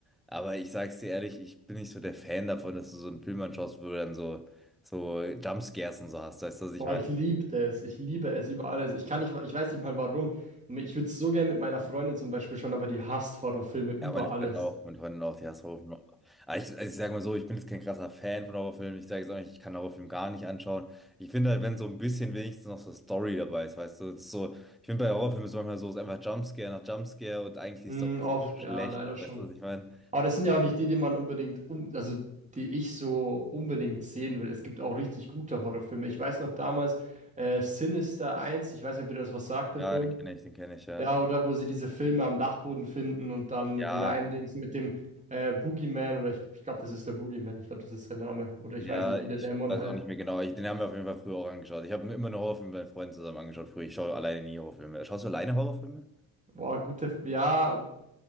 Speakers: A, in the centre; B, on the right.
A: Aber ich sag's dir ehrlich, ich bin nicht so der Fan davon, dass du so einen Film anschaust, wo du dann so, so Jumpscares und so hast, weißt du, was ich
B: Boah,
A: meine?
B: ich liebte es. Ich liebe es über alles. Ich kann nicht, ich weiß nicht mal warum. Ich würde es so gerne mit meiner Freundin zum Beispiel schon, aber die hasst Horrorfilme über
A: Ja, meine Freundin
B: alles.
A: auch, meine Freundin auch, die hasst Horrorfilme. auch. Aber ich, also ich sage mal so, ich bin jetzt kein krasser Fan von Horrorfilmen. Ich sage jetzt auch nicht, ich kann Horrorfilme gar nicht anschauen. Ich finde halt, wenn so ein bisschen wenigstens noch so Story dabei ist, weißt du, das ist so, ich finde bei Horrorfilmen ist es manchmal so, es ist einfach Jumpscare nach Jumpscare und eigentlich die
B: Mhm,
A: Story ist
B: oft,
A: so schlecht,
B: ja, leider schon.
A: weißt du, was ich meine?
B: Aber das sind ja auch nicht die, die man unbedingt um, also die ich so unbedingt sehen will. Es gibt auch richtig gute Horrorfilme. Ich weiß noch damals äh, Sinister eins. ich weiß nicht, ob dir das was sagt, der
A: Ja,
B: Film.
A: den kenne ich, den kenne ich, ja.
B: Ja, oder wo sie diese Filme am Dachboden finden und dann
A: Ja,
B: die reindingsen mit dem äh, Boogeyman oder ich, ich glaube, das ist der Boogeyman, ich glaube, das ist der Name. Oder ich
A: ja,
B: weiß nicht, wie der
A: ich
B: Dämon
A: weiß
B: heißt.
A: auch nicht mehr genau. Ich, den haben wir auf jeden Fall früher auch angeschaut. Ich habe mir immer nur Horrorfilme bei Freunden zusammen angeschaut früher. Ich schaue alleine nie Horrorfilme. Schaust du alleine Horrorfilme?
B: Boah, gute, ja,